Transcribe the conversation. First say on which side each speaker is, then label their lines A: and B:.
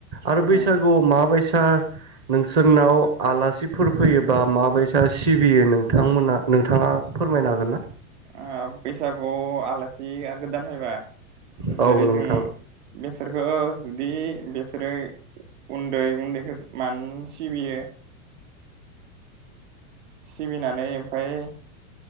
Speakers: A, on the right (about 15°); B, on the right (about 55°).
A: आरो
B: उम
A: बैसागुआव माबायसा सा नोंसोरनाव आलासिफोर फैयोबा माबायसा सिबियो नोंथांमोना नोंथाङा फोरमायनो हागोन ना?
B: आ बैसागुयाव आलासिया गोदान फैबा
A: औ
B: जेरै
A: नोंथां
B: जों बिसोरखौ जुदि बेसोरो उन्दै उन्दैखो मानो सिबियो। सिबिनानै ओमफाय